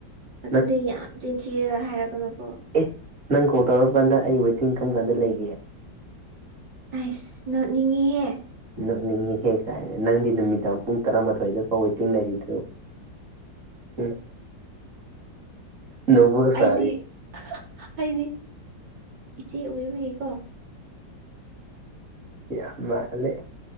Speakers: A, on the right (about 80°); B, on the right (about 45°).
A: ꯑꯗꯨꯅ
B: ꯅꯪ
A: ꯌꯥꯝ ꯆꯤꯟꯊꯤ ꯍꯥꯏꯔꯒꯅꯨꯀꯣ
B: ꯑꯦ ꯅꯪ ꯀꯣꯜ ꯇꯧꯔꯔꯕ ꯀꯥꯟꯗ ꯑꯩ ꯋꯦꯇꯤꯡ ꯀꯔꯝ ꯀꯥꯟꯗ ꯂꯩꯒꯦ
A: ꯑꯁ ꯅꯣꯠꯅꯤꯡꯉꯤꯍꯦ
B: ꯅꯅꯤꯡꯉꯤꯍꯦꯛ ꯀꯥꯏꯦ ꯅꯪꯗꯤ ꯅꯨꯃꯤꯗꯥꯡ ꯄꯨꯡ ꯇꯔꯥꯃꯥꯊꯣꯏꯗꯣ ꯍꯣꯏꯋꯦ ꯇꯤꯡꯅꯔꯤꯗꯣ ꯎ ꯅꯧꯒ
A: ꯑꯩꯗꯤ
B: ꯁꯥ
A: ꯑꯩꯗꯤ ꯏꯆꯦ ꯑꯣꯏꯕꯒꯤꯀꯣ
B: ꯌꯥꯝ ꯃꯥꯂꯦ